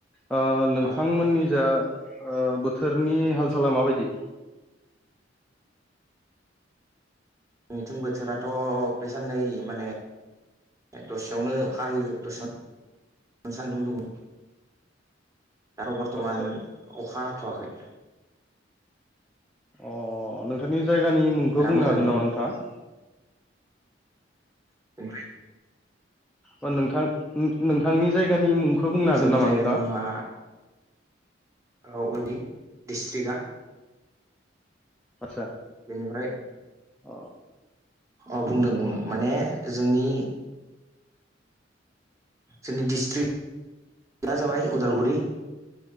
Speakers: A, in the centre; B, on the right.
A: ओ नोंथांमोननि
B: अ
A: जा ओ बोथोरनि हाल साला माबायदि?
B: जोंनिथिं बोथोराथ' बे साननै माने दसेयावनो अखा हायो दसेयावनो सान्दुं दुङो। दा बर्थमान
A: आदसा
B: अखा हाथ'आखै
A: अ नोंथांनि जायगानि मुंखौ
B: दा
A: बुंनो
B: मोजाङैनो
A: हागोन नामा नोंथाङा?
B: <inaudible>
A: ओ नोंथां ओम ओम नोंथांनि जायगानि मुंखौ बुंनो हागोन
B: जोंनि
A: नामा
B: जायगानि
A: नोंथाङा
B: मुङा <unintelligible> डिस्ट्रिक्टआ
A: आतसा
B: बेनिफ्राय
A: अ
B: अ बुंदों बुंदों
A: उम
B: माने जोंनि जोंनि डिस्ट्रिक्आ जाबाय उदालगुरि